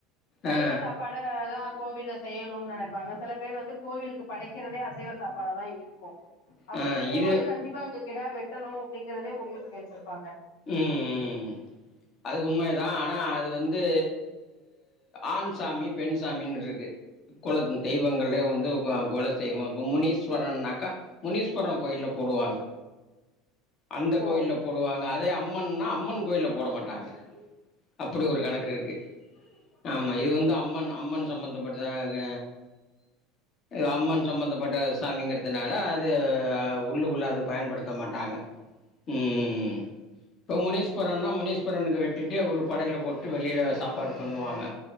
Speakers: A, on the left; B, on the left.
A: சைவ
B: ஆ
A: சாப்பா டு தா கோவில்ல செய்யணு நெனைப்பாங்க சில பேர் வந்து கோவிலுக்கு படைக்கிறதே அசைவ சாப்பாடாதா இருக்கு அப்டி
B: ஆ
A: இருக்கும்
B: இது
A: மோது கண்டிப்பா அங்க கிடா வெட்டணு அப்டிங்கிறதே முடிவு பண்ணி வெச்சிருப்பாங்க
B: ம் ம் அது உண்மைதா ஆனா அது வந்து ஆண் சாமி பெண்சாமின்ருக்கு கொல ம் தெய்வங்கள்லேவு வந்து க கொல தெய்வோ கு முனீஸ்வரன்னாக்கா முனீஸ்வர கோயில்ல போடுவாங்க அந்த கோயில்ல
A: ஓ
B: போடுவாங்க அதே அம்மன்னா அம்மன் கோயில்ல போட மாட்டாங்க அப்புடி ஒரு கணக்கிருக்கு ஆமா இது வந்து அம்மன் அம்மன் சம்மந்தப்பட்
A: ம்
B: தான அம்மன் சம்மந்தப்பட்ட சாமிங்கிற்துனால அது அ உள்ளுக்குள்ள அது பயன்படுத்த மாட்டாங்க ம் ம் இப்ப முனீஸ்வரன்னா முனீஸ்வரனுக்கு வெட்டிட்டு ஒரு படையல போட்டு வெளில சாப்பாடு பண்ணுவாங்க